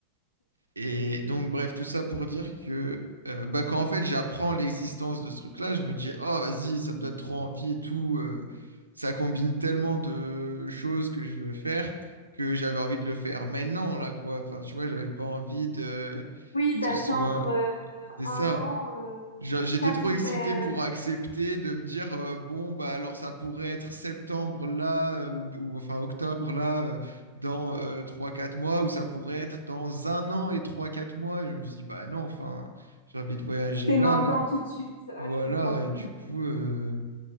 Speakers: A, on the right; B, on the left.
A: Et donc, bref, tout ça pour dire que euh, bah, quand en fait j'apprends l'existence de ce truc-là, je me dis, oh vas-y, ça me donne trop envie et tout. euh, ça combine tellement de choses que je veux faire que j'avais envie de le faire maintenant, là, quoi. Enfin, tu vois, j'avais pas envie de
B: Oui,
A: que
B: d'attendre
A: ce soit.
B: euh,
A: C'est
B: un
A: ça.
B: an, euh,
A: Je- J'étais
B: ça
A: trop
B: tombait,
A: excité pour
B: euh,
A: accepter de me dire euh, bon bah alors ça pourrait être septembre là euh, ou, ou, enfin octobre là euh, dans euh, trois quatre mois ou ça pourrait être dans un an et trois quatre mois. Et je me suis dit bah non enfin j'ai envie de voyager
B: c'est
A: là
B: maintenant
A: là.
B: tout de suite. Ah,
A: Voilà
B: c'est, oh,
A: et du coup euh,